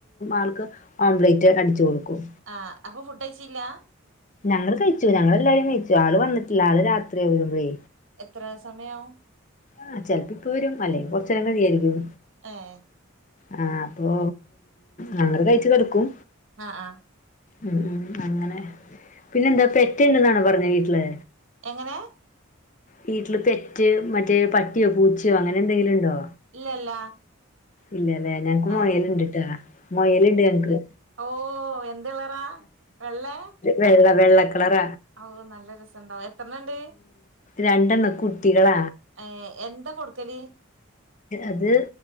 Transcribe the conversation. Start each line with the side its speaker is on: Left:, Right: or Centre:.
Left: ആൾക്ക്. ആംലേറ്റ് അടിച്ചു കൊടുക്കും.
Right: ആഹ് അപ്പൊ ഫുഡ് കഴിച്ചിലാ.
Left: ഞങ്ങളൾ കഴിച്ചു ഞങ്ങൾ എല്ലാരും കഴിച്ചു ആള് വന്നിട്ടില്ല ആള് രാത്രി വരുമ്പോഴേ.
Right: എത്ര സമായവും.
Left: ആഹ് ചിലപ്പോ ഇപ്പൊവരും അല്ലെ കൊറച്ചെരം കഴിയയിരിക്കും.
Right: എഹ്.
Left: ആഹ് അപ്പൊ ഞങ്ങൾ കഴച്ചു കിടക്കും.
Right: ആഹ് ആഹ്.
Left: ഉം ഉം അങ്ങനെ. പിന്നെന്താ പെറ്റണ്ടെന്നാണോ പറഞ്ഞത് വീട്ടില്.
Right: എങ്ങനെ.
Left: വീട്ടില് പെറ്റ് മറ്റേ പട്ടിയോ പൂച്ചയോ അങ്ങനെ എന്തെങ്കിലും ഉണ്ടോ?
Right: ഇല്ലല്ല.
Left: ഇല്ലല്ലേ ഞങ്ങക്ക് മോയൽ
Right: ഏഹ്
Left: ഇണ്ട്ട്ടാ മോയൽണ്ട് ഞങ്ങൾക്.
Right: ഓഹ് എന്ത് കളറാ വെള്ളേ.
Left: വെള്ള വെള്ളക്കളറ.
Right: ഓഹ് നല്ല രസംണ്ടാവും എത്രണണ്ട്.
Left: രണ്ടണം കുട്ടികളാ.
Right: ഏഹ് എന്താ കൊടുക്കല്.
Left: അത്